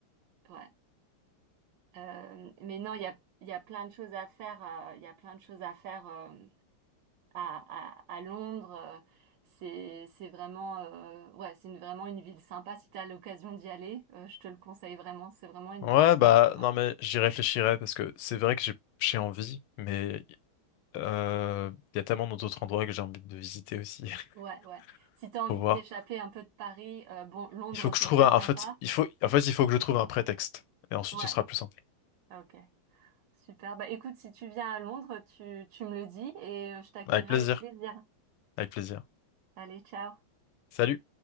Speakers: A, on the right; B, on the left.
A: ouais. Euh, mais non, il y a il y a plein de choses à faire, euh, il y a plein de choses à faire euh, à, à à Londres. euh, c'est c'est vraiment euh, ouais, c'est une- vraiment une ville sympa si tu as l'occasion d'y aller. euh, je te le conseille vraiment, c'est vraiment une
B: Ouais,
A: ville super
B: bah
A: sympa.
B: non, mais j'y réfléchirai parce que c'est vrai que j'ai j'ai envie, mais euh, il y a tellement d'autres endroits que j'ai envie de visiter aussi. <laughs>
A: Ouais, ouais. Si t'as envie
B: Faut voir.
A: de t'échapper un peu de Paris, euh, bon, Londres,
B: Il faut que
A: c'est
B: je trouve
A: très
B: un...
A: sympa.
B: En fait, il faut... en fait, il faut que je trouve un prétexte. Et ensuite,
A: Ouais,
B: ce sera plus simple.
A: ok. Super. Bah écoute, si tu viens à Londres, tu, tu me le dis et euh, je t'accueillerai
B: Avec plaisir.
A: avec plaisir.
B: Avec plaisir.
A: Allez, ciao.
B: Salut.